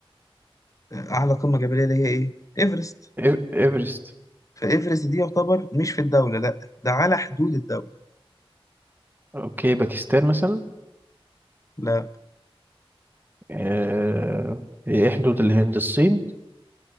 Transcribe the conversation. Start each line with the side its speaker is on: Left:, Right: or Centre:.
Left: أعلى قمة جبلية اللي هي إيه؟ إيفرست
Right: إيف- إيفرست
Left: فإيفرست دي يعتبر مش في الدولة لأ ده على حدود الدولة
Right: أوكي باكستان مثلا
Left: لا
Right: آه إيه حدود الهند الصين